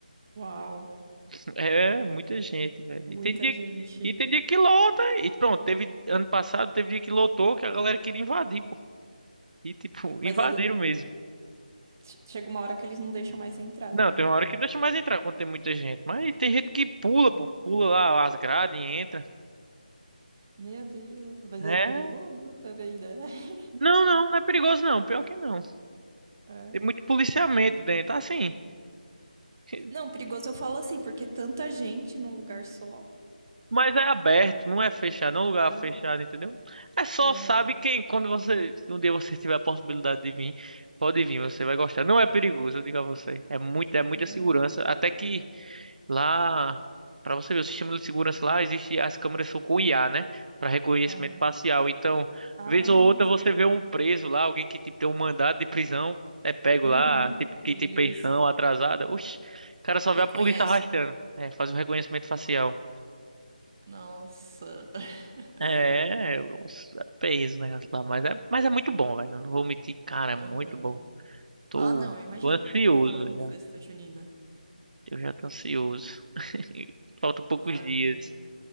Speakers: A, on the right; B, on the right.
A: Uau,
B: <laughs> é muita gente, velho.
A: muita
B: E tem dia,
A: gente.
B: e tem dia que lota. E pronto, teve ano passado, teve dia que lotou, que a galera queria invadir, pô. E tipo,
A: Mas
B: <laughs> invadiram
A: aí
B: mesmo.
A: che- chega uma hora que eles não deixam mais entrar
B: Não,
A: também,
B: tem
A: né?
B: uma hora que não deixa mais entrar quando tem muita gente. Mas tem gente que pula,
A: Aham.
B: pô, pula lá as grades e entra.
A: Meu Deus, mas
B: É.
A: é perigoso também, né? <laughs>
B: Não, não, não é perigoso não. Pior que não.
A: É.
B: Tem muito policiamento dentro. Assim, <laughs>
A: Não, perigoso eu falo assim, porque é tanta gente num lugar só.
B: Mas é aberto, não é fechado, não é um lugar
A: É.
B: fechado, entendeu? É só,
A: Aham.
B: sabe, quem, quando você, um dia você tiver a possibilidade de vir, pode vir, você vai gostar. Não é perigoso, eu digo a você. É muito, é muita
A: Aham.
B: segurança. Até que lá, pra você ver, o sistema de segurança lá existe, as câmeras são com IA, né? Pra reconhecimento
A: Aham.
B: facial. Então,
A: Ah,
B: vez ou outra
A: sei.
B: você vê um preso lá, alguém que tipo, tem um mandado de prisão, é pego
A: Uhum.
B: lá, tipo, quem
A: Eles
B: tem pensão atrasada. Oxi, o cara só
A: Reconhecem.
B: vê a polícia arrastando. É, faz um reconhecimento facial.
A: Nossa. <laughs>
B: É, eu peguei esse negócio lá, mas é, mas é muito bom, velho. Eu não vou mentir, cara,
A: Aham.
B: é muito bom. Tô,
A: Ah, não, eu imagino.
B: tô ansioso
A: E eu amo
B: já.
A: festa junina.
B: Eu já tô ansioso. <laughs> Faltam poucos
A: Ah,
B: dias.
A: eu imagino.